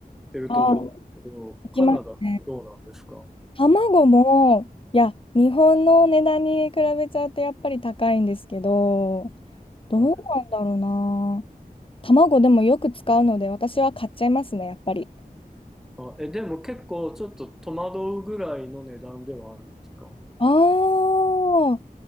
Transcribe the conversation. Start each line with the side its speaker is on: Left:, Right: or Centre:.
Centre: てると思うんですけど、
Left: あ、いきますね。
Centre: カナダってどうなんですかは
Left: 卵も、いや、日本の値段に比べちゃうとやっぱり高いんですけど、どうなんだろうな。
Centre: いはい。
Left: 卵でもよく使うので、私は買っちゃいますね、やっぱり。
Centre: あ、え、でも結構ちょっと戸惑うぐらいの値段ではあるんですか
Left: ああ、